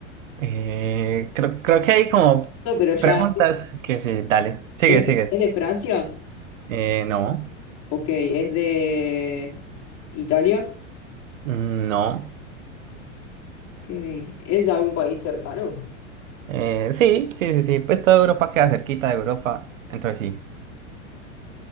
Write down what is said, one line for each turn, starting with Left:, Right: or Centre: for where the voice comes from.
Right: Eh, creo, creo que hay como
Left: No, pero ya...
Right: preguntas que sí, dale, sigue,
Left: ¿Es,
Right: sigue.
Left: es de Francia?
Right: Eh, no,
Left: Ok, ¿es de Italia?
Right: mm, no.
Left: Ok, ¿es de algún país cercano?
Right: Eh, sí, sí, sí, sí, pues toda Europa queda cerquita de Europa, entonces sí.